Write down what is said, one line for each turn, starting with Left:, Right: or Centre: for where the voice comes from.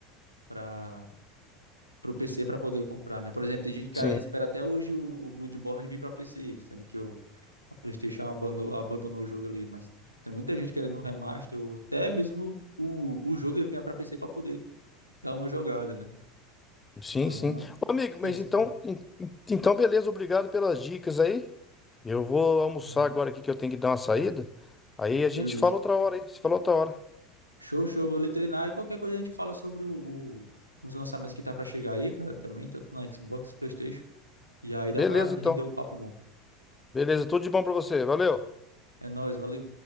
Right: para pro PC para poder comprar, né? Por exemplo, tem gente que
Left: sim,
Right: espera até hoje o, o Bloodborne vir para PC, sendo que o, a PlayStation abandonou, abandonou o jogo ali. Mas tipo, tem muita gente querendo um remaster, ou até mesmo que o, o, o jogo ele venha para PC para poder dar uma jogada, né?
Left: sim.
Right: Então,
Left: sim. Ô, amigo,
Right: tem
Left: mas
Right: essa
Left: então,
Right: parte.
Left: en- en- então beleza, obrigado pelas dicas aí. Eu vou almoçar
Right: Uhum.
Left: agora aqui que eu tenho que dar uma saída. Aí a gente
Right: Beleza.
Left: fala outra hora, hein? Se fala outra hora.
Right: Show, show. Vou ali treinar e qualquer coisa a gente fala sobre o, o- os lançamentos que tá para chegar aí, cara, também, tanto na Xbox, PlayStation. E aí
Left: Beleza,
Right: dá para render
Left: então.
Right: um papo bom.
Left: Beleza, tudo de bom pra você. Valeu.
Right: É nóis, valeu.